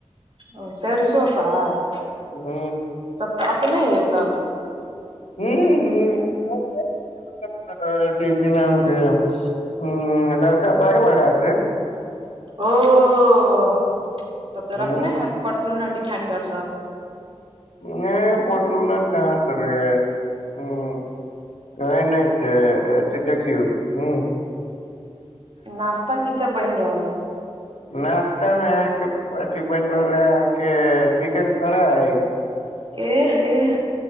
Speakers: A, on the right (about 50°); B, on the left (about 85°).
A: ओ सरिसो पाएह,
B: ह
A: तब तऽ अपने यइ तब
B: हूँ हूँ <unintelligible> हूँ लरका पाय बला छै
A: ओ तब तऽ
B: ह
A: रखने हएत फोर्चुनर डिफेंडर सब
B: नै फर्चूनर कहाँ स <unintelligible> नै नै से अथी देखियौ हूँ
A: नास्ता की सब बैन रहल अई
B: नाास्ता मे अहाँके अथी बनि रहल आ अहाँके चिकेन फ्राय
A: एह एह